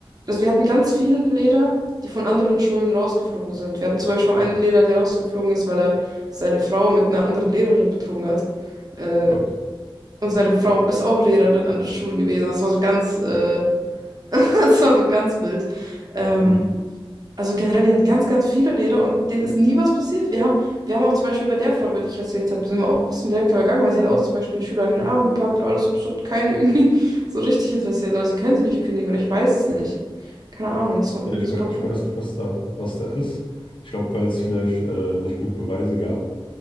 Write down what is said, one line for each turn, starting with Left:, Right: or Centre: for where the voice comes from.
Right: also wir hatten ganz viele Lehrer, die von anderen Schulen rausgeflogen sind. Wir hatten zum Beispiel einen Lehrer, der rausgeflogen ist, weil er seine Frau mit einer anderen Lehrerin betrogen hat. Äh,
Left: Gott.
Right: und seine Frau ist auch Lehrerin an der Schule gewesen. Das war so ganz, äh, <laughs> das war so ganz wild. Ähm,
Left: Mhm.
Right: also generell, wir hatten ganz, ganz viele Lehrer und denen ist nie was passiert. Wir haben, wir haben auch zum Beispiel bei der Frau, über die ich erzählt habe, sind wir auch zum Direktor gegangen, weil sie hat auch zum Beispiel einen Schüler in den Arm gepackt und alles und es hat keinen irgendwie <laughs> so richtig interessiert. Oder sie können sie nicht kündigen oder ich weiß es nicht. Keine Ahnung, das war
Left: Ja,
Right: irgendwie
Left: ich,
Right: super
Left: wei- ich
Right: cool.
Left: weiß nicht, was da, was da ist. Ich glaube, weil es vielleicht äh, nicht genug Beweise gab,